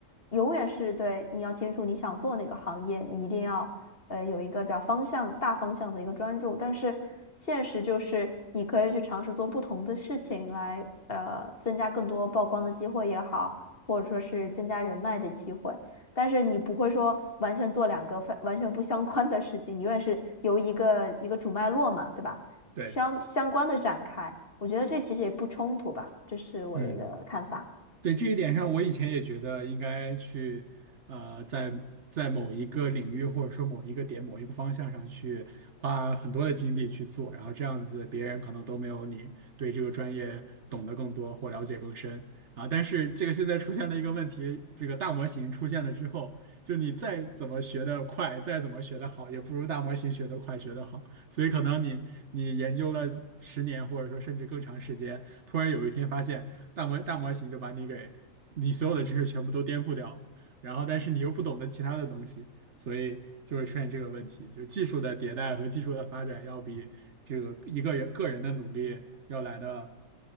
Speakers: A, on the left; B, on the right.
A: 永远是对你要清楚你想做哪个行业，你一定要呃有一个叫方向大方向的一个专注，但是现实就是你可以去尝试做不同的事情来呃增加更多曝光的机会也好，或者说是增加人脉的机会。但是你不会说完全做两个非完全不相关的事情，你永远是由一个一个主脉络嘛，对吧？
B: 对，
A: 相相关的展开。我觉得这其实也不冲突吧，这是我的一个看法。
B: 嗯。对这一点上，我以前也觉得应该去，呃，在在某一个领域或者说某一个点、某一个方向上去花很多的精力去做，然后这样子别人可能都没有你对这个专业懂得更多或了解更深啊。但是这个现在出现了一个问题，这个大模型出现了之后，就你再怎么学得快，再怎么学得好，也不如大模型学得快、学得好。所以可能你你研究了十年或者说甚至更长时间，突然有一天发现。大模大模型就把你给你所有的知识全部都颠覆掉了，然后但是你又不懂得其他的东西，所以就会出现这个问题，就技术的迭代和技术的发展要比这个一个人个人的努力要来的，